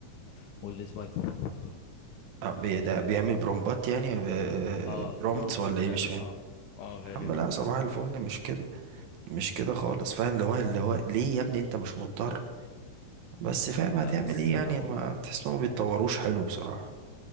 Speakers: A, on the left; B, on the right.
A: والسبايدر
B: آه، بي- ده بيعمل برومبات يعني آه،
A: اه
B: برومبتس
A: برومبت
B: ولا
A: فعلا
B: ايه مش فاهم
A: اه اه غالبا
B: يا عم لا
A: كان
B: صباح الفل مش كده مش كده خالص فاهم اللي هو اللي هو ليه يا ابني انت مش مضطر بس فاهم هتعمل
A: لا بس
B: ايه يعني
A: هقول
B: ما
A: لك
B: تحس انهم ما بيتطوروش حلو بصراحة